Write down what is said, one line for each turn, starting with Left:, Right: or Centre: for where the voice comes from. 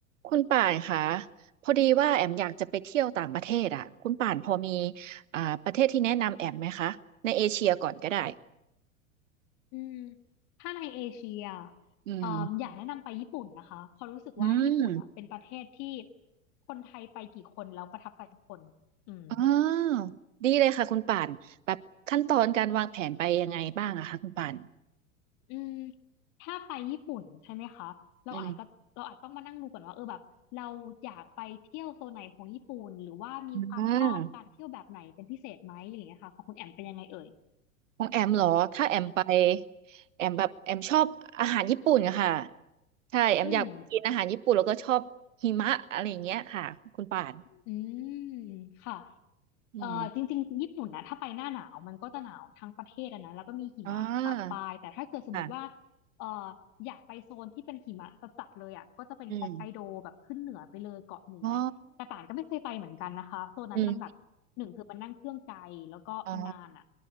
Right: คุณป่านคะพอดีว่าแอมอยากจะไปเที่ยวต่างประเทศอ่ะคุณป่านพอมีอ่าประเทศที่แนะนำแอมไหมคะในเอเชียก่อนก็ได้
Left: อืมถ้าในเอเชีย
Right: อืม
Left: เอ่ออยากแนะนำไปญี่ปุ่นนะคะเพราะรู้สึกว่าญี่ปุ่นอ่ะเป็นประเทศที่
Right: อืม
Left: คนไทยไปกี่คนแล้วประทับใจทุกคนอืม
Right: อ๋อ ดีเลยค่ะคุณป่านแบบขั้นตอนการวางแผนไปยังไงบ้างอะคะคุณป่าน
Left: อืมถ้าไปญี่ปุ่นใช่ไหมคะเราอาจก็เราอาจต้องมานั่งดูก่อนว่าเออแบบเราอยากไปเที่ยวโซนไหนของญี่ปุ่นหรือว่ามีความชอบการเที่ยวแบบไหนเป็นพิเศษไหมอะไรอย่างเงี้ยค่ะของคุณแอมเป็นยังไงเอ่ย
Right: อืมอ่าของแอมเหรอถ้าแอมไปแอมแบบแอมชอบอาหารญี่ปุ่นอะค่ะใช่แอมอยากกินอาหารญี่ปุ่นแล้วก็ชอบหิมะอะไรอย่างเงี้ยค่ะคุณป่าน
Left: อืมอืมค่ะ
Right: อืม
Left: เอ่อจริงๆญี่ปุ่นนะถ้าไปหน้าหนาวมันก็จะหนาวทั้งประเทศอะนะแล้วก็มีหิมะปะปลายแต่ถ้าเกิดสมมติว่า
Right: อ่าค่ะ
Left: เอ่ออยากไปโซนที่เป็นหิมะจัดๆเลยอ่ะก็จะเป็นฮอกไกโดแบบขึ้นเหนือไปเลยเกาะเหนือแต่ป่านก็ไม่เคยไปเหมือนกันนะคะโซนนั้นมันแบบหนึ่งคือมันนั่งเครื่องไกลแล้วก็มันนานอ่ะ
Right: อืม อ๋ออืมอ๋อ